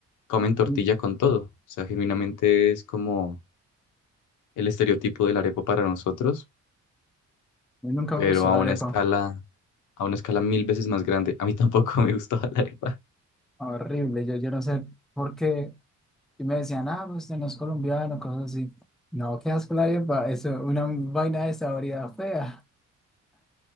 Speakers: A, on the left (about 80°); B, in the centre.
A: comen tortilla
B: Y-
A: con todo. O sea, genuinamente es como el estereotipo del arepa para nosotros,
B: y Nunca
A: pero
B: me gustó
A: a
B: la
A: una
B: arepa.
A: escala, a una escala mil veces más grande. A mí tampoco <laughs> me gustaba la arepa.
B: Horrible, yo, yo no sé por qué. Y me decían, ah, pues usted no es colombiano, cosas así. No, qué asco la arepa, eso, una vaina de saboridad fea.